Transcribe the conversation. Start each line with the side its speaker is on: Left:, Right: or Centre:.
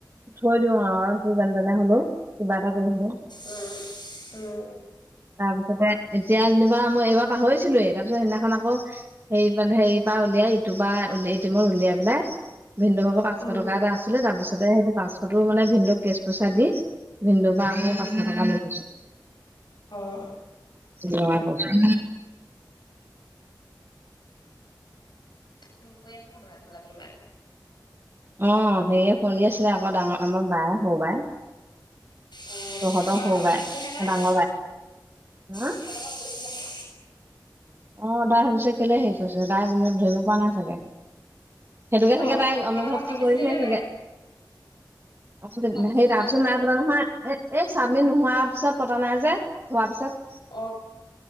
Right: থৈ দিওঁ আৰু সেইটো যেনেতেনে হ'লেও, কিবা এটা কৰি হ'লেও।
Left: উম, উম।
Right: তাৰপিছতে এতিয়া যেনিবা মই এইবাৰ পাহৰিছিলোয়ে, তাৰপিছত সেইদিনাখন আকৌ হেৰি মানে হেৰিপা উলিয়াই, ইটোৰপা এটিমৰপৰা উলিয়াই পেলাই ভিনদুক আকৰ পাঁচশ
Left: উম,
Right: টকা এটা আছিলে তাৰপিছতে সেই পাঁচশতো মানে ভিনদুক কেচ পইচা দি ভিনদুক বা আকৌ
Left: উম,
Right: পাঁচশ টকা লৈ থৈছোঁ।
Left: অ'।
Right: ল'ৰাৰ পইছা।
Left: ফোন কৰি আছে হ'বলা কোনোবা কোনোবাই।
Right: অ', হেৰিয়ে কৰি আছিলে আকৌ, ডাঙৰ আমাৰ বাই, সৰু বাই।
Left: অ',
Right: তহঁতৰ
Left: অকমান
Right: সৰু
Left: আগত কৈছিলেহে
Right: বাই
Left: তাই।
Right: ডাঙৰ বাই হা
Left: অকমান আগত কৈছিলেহে।
Right: অ', তাই ভাবিছে কেলে হেৰি কৰিছে, তাই গমি ধৰিব পৰা নাই চাগে। সেইটোকে
Left: ন
Right: চাগে তাই
Left: অকমান
Right: অনুভৱটো
Left: আগত পাতিছিলি
Right: কৰিছে
Left: নে নাই?
Right: চাগে তাৰ পিছত
Left: পাতিছিলে
Right: তাৰপিছত
Left: আকৌ মানে
Right: নাই পতা নহয় এ এই চাবমিট নোহোৱাৰ পিছত পতা নাই যে হোৱাৰ পিছত
Left: অহ